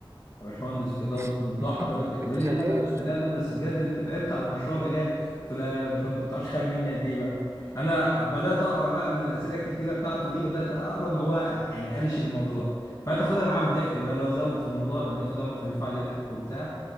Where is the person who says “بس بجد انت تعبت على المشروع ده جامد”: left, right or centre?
Left